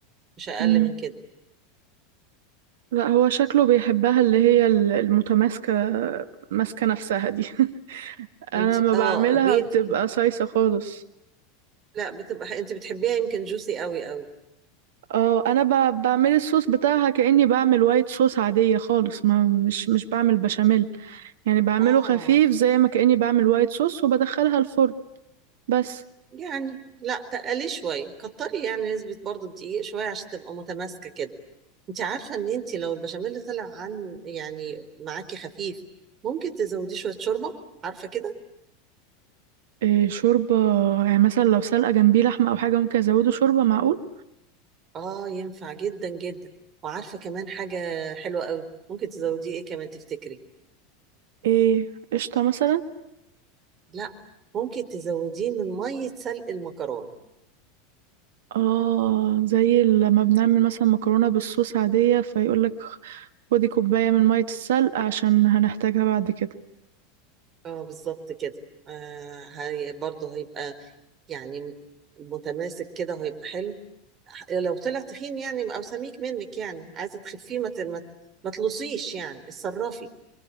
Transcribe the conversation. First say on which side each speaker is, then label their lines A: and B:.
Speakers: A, on the right; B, on the right.
A: مش أقل
B: مم.
A: من كده
B: لا هو شكله بيحبها اللي هي ال- المتماسكة ماسكة نفسها دي <laughs> انا
A: انت
B: ما بعملها
A: اه هي
B: بتبقى
A: بت...
B: صيصة خالص
A: لا بتبقى انت بتحبيها يمكن جوسي قوي قوي
B: اه انا ب... بعمل الصوص بتاعها كأني بعمل وايت صوص عادية خالص ما مش مش بعمل بشاميل يعني بعمله
A: اه
B: خفيف زي ما كأني بعمل وايت صوص وبدخلها الفرن بس
A: يعني لا تقلي شوية كتري يعني نسبة برضو الدقيق شوية عشان تبقى متماسكة كده انت عارفة ان انت لو البشاميل طلع عن يعني معاكي خفيف ممكن تزوديه شوية شوربة عارفة كده
B: إيه شوربة يعني مثلا لو سلقة جنبي لحمة او حاجة ممكن ازوده شوربة معقول
A: اه ينفع جدا جدا وعارفة كمان حاجة حلوة قوي ممكن تزوديه ايه كمان تفتكري
B: ايه قشطة مثلا
A: لا ممكن تزوديه من مية سلق المكرونة
B: اه زي لما بنعمل مثلا مكرونة بالصوص عادية فيقولك خدي كوباية من مية السلق عشان هنحتاجها بعد كده
A: اه بالظبط كده آه هي برضه هيبقى يعني متماسك كده وهيبقى حلو ح- لو طلع تخين يعني او سميك منك يعني عايزة تخفيه ما ت- ما ت- ما تلصيش يعني اتصرفي